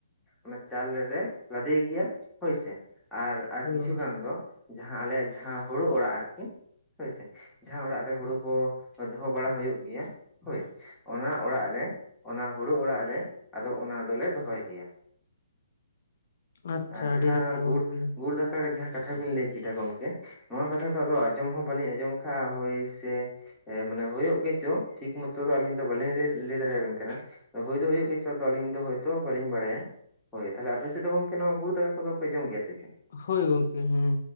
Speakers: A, in the centre; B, on the left.
A: ᱚᱱᱟ ᱪᱟᱞ ᱞᱮᱨᱮ ᱞᱟᱫᱮ ᱜᱮᱭᱟ ᱦᱳᱭᱥᱮ, ᱟᱨ ᱟᱨ
B: ᱦᱳᱭ
A: ᱠᱤᱪᱷᱩ
B: ᱜᱚᱝᱠᱮ
A: ᱜᱟᱱ ᱫᱚᱼᱼ ᱡᱟᱦᱟᱸ ᱟᱞᱮᱭᱟᱜ ᱡᱟᱦᱟᱸ ᱦᱳᱲᱳ ᱚᱲᱟᱜ ᱟᱨᱠᱤᱼᱼ ᱦᱳᱭᱥᱮ ᱡᱟᱦᱟᱸ ᱚᱲᱟᱜ ᱨᱮ ᱦᱳᱲᱳ ᱠᱚ ᱫᱚᱦᱚ ᱵᱟᱲᱟ ᱦᱳᱭᱳᱜ ᱜᱮᱭᱟ᱾ ᱦᱳᱭ ᱚᱱᱟ ᱚᱲᱟᱜ ᱨᱮ ᱚᱱᱟ ᱦᱳᱲᱳ ᱚᱲᱟᱜ ᱨᱮ ᱟᱫᱚ ᱚᱱᱟ ᱫᱚᱞᱮ ᱫᱚᱦᱚᱭ ᱜᱮᱭᱟ᱾
B: ᱟᱪᱪᱷᱟ
A: ᱟᱨ ᱡᱟᱦᱟᱸ
B: ᱟᱹᱰᱤ ᱱᱟᱯᱟᱭ
A: ᱜᱩ
B: ᱜᱚᱝᱠᱮ
A: ᱜᱩᱲ ᱫᱟ ᱠᱟ ᱜᱮ ᱡᱟᱦᱟᱸ ᱠᱟᱛᱷᱟ ᱵᱤᱱ ᱞᱟᱹᱭ ᱠᱮᱫᱟ ᱜᱚᱝᱠᱮ ᱱᱚᱣᱟ ᱠᱟᱛᱷᱟ ᱫᱚ ᱟᱫᱚ ᱟᱸᱡᱚᱢ ᱦᱚᱸ ᱵᱟᱞᱤᱧ ᱟᱸᱡᱚᱢ ᱟᱠᱟᱫᱼᱟ ᱦᱳᱭ ᱥᱮ ᱾ ᱮ ᱢᱟᱱᱮ ᱦᱳᱭᱳᱜ ᱜᱮ ᱪᱚ ᱴᱷᱤᱠ ᱢᱚᱛᱚ ᱫᱚ ᱟᱹᱞᱤᱧ ᱫᱚ ᱵᱟᱞᱤᱧ ᱞᱟᱹᱭ ᱫᱟᱲᱮᱭᱟ ᱵᱤᱱ ᱠᱟᱱᱟ ᱾ ᱦᱩᱭ ᱫᱚ ᱦᱩᱭᱩᱜ ᱜᱮᱪᱚ ᱟᱞᱤᱧ ᱫᱚ ᱦᱳᱭᱛᱳ ᱵᱟᱹᱞᱤᱧ ᱵᱟᱲᱟᱭᱟ ᱾ ᱦᱳᱭ ᱛᱟᱦᱚᱞᱮ ᱟᱯᱮ ᱥᱮᱫ ᱫᱚ ᱜᱚᱢᱠᱮ ᱱᱚᱣᱟ ᱜᱩᱲ ᱫᱟᱠᱟ ᱠᱚᱫᱚ ᱯᱮ ᱡᱚᱢ ᱜᱮᱭᱟ ᱥᱮ ᱪᱮᱫ?
B: ᱦᱳᱭ ᱜᱚᱝᱠᱮ ᱦᱮᱸ